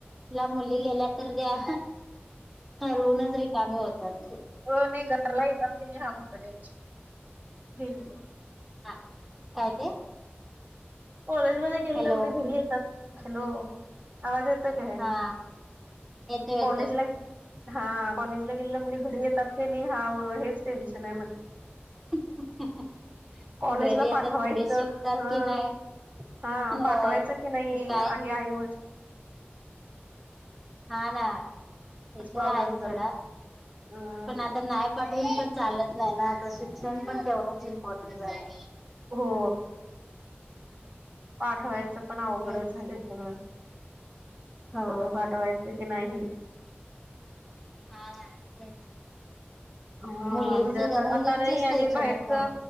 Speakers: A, in the centre; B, on the right.
A: ला मुली गेल्या तर त्या, ठरवूनच रिकामी होतात
B: ओ नाही घरला येत असते मी हा मोठा टेन्शन <unintelligible>
A: हा, काय ते?
B: कॉलेजमध्ये गेलेल्या
A: हॅलो
B: मुली घरी येतात, हॅलो! आवाज येतोय? <unintelligible>
A: हा येतोय येतोय
B: कॉलेजला हा, कॉलेजला गेलेल्या मुली घरी येतात की नाही हा व हेच टेन्शन आहे म्हटलं
A: <inaudible>
B: कॉलेजला
A: येतात
B: पाठवायचं,
A: पुढे शिकतात
B: हं
A: की नाही
B: हा
A: हो
B: पाठवायचं की नाही,
A: काय
B: आहे आई वड
A: हा ना,
B: हाच
A: हे तर
B: प्रॉब्लेम
A: आहेच सोडा,
B: झाला
A: पण आता नाय पाठवून पण चालत नाही ना, आता शिक्षण पण तेवढंच, इम्पॉर्टंट झालंय.
B: हो. पाठवायचं पण अवघडच
A: तेच
B: झालंय सगळं,
A: हो
B: कुठं पाठवाय? च की नाही?
A: हा ना, तेच.
B: हां,
A: मुलींच
B: म्हणजे असं
A: मुलींचेच
B: आता नही आणि
A: टेन्शन
B: बाहेरच?
A: येत मग